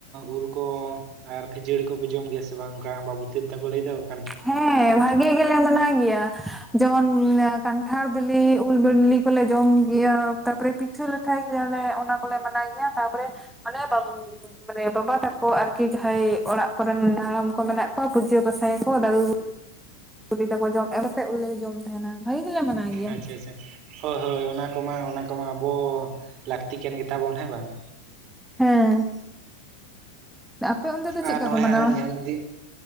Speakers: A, on the right; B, in the centre.
A: ᱩᱞ ᱠᱚ ᱾ ᱟᱨ ᱠᱷᱟᱹᱡᱟᱹᱲᱤ ᱠᱚᱯᱮ ᱡᱚᱢ ᱜᱮᱭᱟ ᱥᱮ ᱵᱟᱝ ᱠᱟ ᱟᱢᱵᱟᱵᱩᱛᱤ ᱨᱮ ᱫᱚᱠᱚ ᱞᱟᱹᱭ ᱫᱚ ᱾
B: ᱦᱮᱸ ᱵᱷᱟᱜᱤ ᱜᱮ ᱞᱮ ᱢᱟᱱᱟᱣ ᱜᱮᱭᱟ ᱾ ᱡᱮᱢᱚᱱ ᱠᱟᱱᱴᱷᱟᱲ ᱵᱤᱞᱤ ᱩᱞ ᱵᱤᱞᱤ ᱠᱚᱞᱮ ᱡᱚᱢ ᱜᱮᱭᱟ ᱛᱟᱯᱚᱨᱮ ᱾ ᱯᱤᱴᱷᱟᱹ ᱞᱟᱴᱷᱟᱭ ᱜᱮᱭᱟᱞᱮ ᱚᱱᱟ ᱠᱚᱞᱮ ᱢᱟᱱᱟᱣ ᱜᱮᱭᱟ ᱛᱟᱯᱚᱨᱮ ᱚᱱᱮ᱾ ᱢᱟᱱᱮ ᱵᱟᱵᱟ ᱛᱟᱠᱚ ᱟᱨᱠᱤ ᱡᱟᱦᱟᱸᱭ ᱚᱲᱟᱜ ᱠᱚᱨᱮᱱ ᱦᱟᱲᱟᱢ ᱠᱚ ᱢᱮᱱᱟᱜ ᱠᱚᱣᱟ ᱯᱩᱡᱟᱹ ᱯᱟᱥᱟ ᱭᱟᱠᱚ ᱫᱟᱹᱫᱩ ᱾ ᱠᱩᱴᱤ ᱛᱟᱠᱚ ᱡᱚᱢ ᱮᱢᱛᱮᱫᱮ ᱡᱚᱢ ᱛᱟᱦᱮᱱᱟ ᱾ ᱵᱷᱟᱜᱮ ᱜᱮᱞᱮ ᱢᱟᱱᱟᱣ ᱜᱮᱭᱟ
A: ᱟᱪᱷᱟ ᱟᱪᱷᱟ ᱾ ᱦᱳᱭ ᱦᱳᱭ ᱚᱱᱟ ᱠᱚᱢᱟ ᱚᱱᱟ ᱠᱚᱢᱟ ᱟᱵᱚ ᱞᱟᱹᱠᱛᱤ ᱠᱟᱱ ᱜᱮ ᱛᱟᱵᱚᱱ ᱦᱮᱸ ᱵᱟᱝ ᱾
B: ᱦᱮᱸ ᱟᱯᱮ ᱚᱱᱛᱮ ᱫᱚ ᱪᱮᱫᱠᱟ
A: ᱟᱨ ᱱᱚᱜᱼᱚᱭ
B: ᱠᱚ ᱢᱟᱱᱟᱣᱟ
A: ᱧᱮᱞ ᱤᱫᱤ